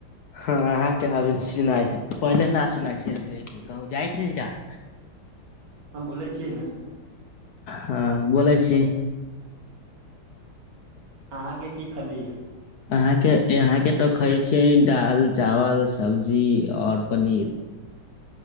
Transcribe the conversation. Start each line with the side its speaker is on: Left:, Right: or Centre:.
Left: ہاں آ کیا ابھی سنا پہلے نہ سنی چ ل کہ جائ کیا <inaudible>
Right: ہاں بولے <unintelligible>
Left: ہاں بولےچ <unintelligible>
Right: آ کے کی خالے یہ
Left: آ کے یہاں کے تو کائے چ دال چاول سبزی اور پنیر